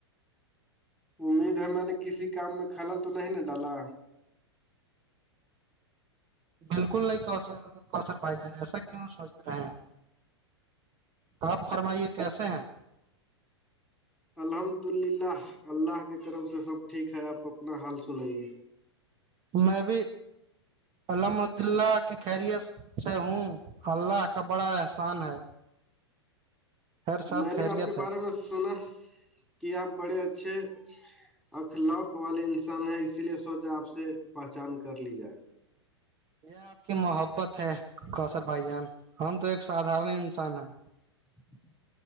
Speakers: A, in the centre; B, on the right.
A: امید ہے میں نے کسی کام میں خلل تو نہیں ن ڈالا
B: بالکل نہیں کوشر بھائی جان ایسا کیوں سوچ رہے ہیں آپ فرمائیے کیسے ہیں
A: الحمد للہ اللہ کے طرف سے سب ٹھیک ہے آپ اپنا حال سنائیے
B: میں بھی الحمد اللہ کی خیریت سے ہوں اللہ کا بڑا احسان ہے ہر سب
A: میں نے
B: خیریت
A: آپ کے
B: ہے
A: بارے میں سنا کہ آپ بڑے اچھے اخلااک والے انسان ہے اسی لیے سوچا آپ سے پہچان کر لی جائے
B: یہ آپ کی محبت ہے کوشر بھائی جان ہم تو ایک سدارن انسان ہیں
A: <inaudible>